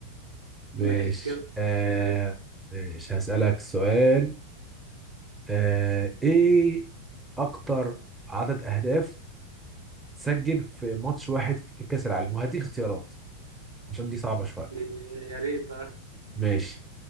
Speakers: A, in the centre; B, on the right (about 70°).
A: ماشي
B: ماشي كده
A: آه
B: خمسة اس
A: مش هسألك سؤال آه ايه اكتر عدد اهداف تسجل في ماتش واحد في كأس العالم وهديك اختيارات عشان دي صعبة شوية
B: يا ريت آه.
A: ماشي